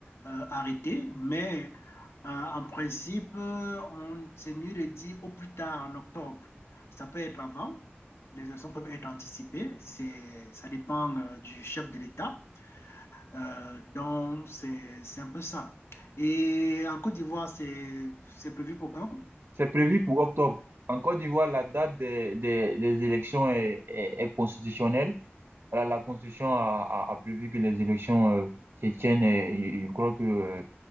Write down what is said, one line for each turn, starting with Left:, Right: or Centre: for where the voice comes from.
Left: euh, arrêtée, mais euh, en principe, on, c'est mieux de dire au plus tard en octobre. Ça peut être avant, les élections peuvent être anticipées, c'est, ça dépend euh, du chef de l'État. Euh, donc, c'est, c'est un peu ça. Et en Côte d'Ivoire, c'est, c'est prévu pour quand?
Right: C'est prévu pour octobre. En Côte d'Ivoire, la date des, des, des élections est, est, est constitutionnelle. la, la Constitution a, a, a prévu que les élections euh, se tiennent, et, et je crois que